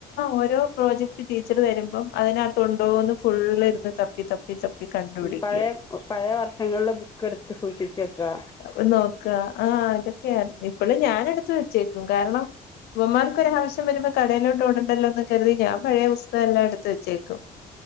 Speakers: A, on the left (about 70°); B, on the left (about 20°).
A: ഓരോ പ്രോജക്ട് ടീച്ചർ തരുമ്പോം അതിനാത്തുണ്ടോന്ന് ഫു ള്ള് ഇരുന്ന് തപ്പി തപ്പി തപ്പി കണ്ടുപിടിക്കും
B: പഴയ പഴയ വർഷങ്ങളിലെ ബുക്ക് എടുത്ത് സൂക്ഷിച്ച് വെക്കുക
A: അത് നോക്കാ ആ ഇതൊക്കെയായിരുന്നു ഇപ്പളും ഞാനെടുത്ത് വെച്ചേക്കും കാരണം ഇവന്മാർക്ക് ഒരാവശ്യം വരുമ്പോൾ കടയിലോട്ട് ഓട ണ്ടല്ലോന്ന് കരുതി ഞാൻ പഴയ പുസ്തകം എല്ലാം എടുത്ത് വച്ചേക്കും